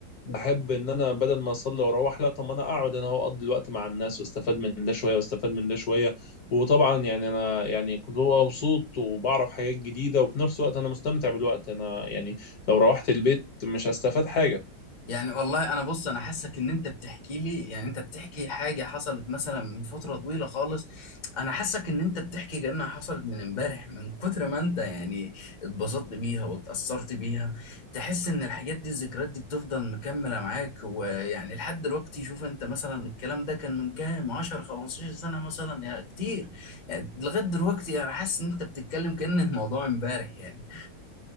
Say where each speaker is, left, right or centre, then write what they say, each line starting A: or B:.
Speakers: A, on the left; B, on the left.
A: بحب ان انا بدل ما اصلي واروح لا طب ما انا اقعد انا هو اقضي الوقت مع الناس واستفاد من ده شويه واستفاد من ده شويه وطبعا يعني انا يعني كنت ببقى مبسوط وبعرف حاجات جديده وفي نفس الوقت انا مستمتع بالوقت انا يعني لو روحت البيت مش هستفاد حاجه
B: يعني والله انا بص انا حاسك ان انت بتحكي لي يعني انت بتحكي حاجه حصلت مثلا من فتره طويله خالص انا حاسك ان انت بتحكي كانها حصلت من امبارح من كتر ما انت يعني اتبسطت بيها واتاثرت بيها تحس ان الحاجات دي الذكريات دي بتفضل مكمله معاك ويعني لحد دلوقتي شوف انت مثلا الكلام ده كان من كام 10 15 سنه مثلا يا كتير يعني لغايه دلوقتي انا حاسس ان انت بتتكلم كأن الموضوع امبارح يعني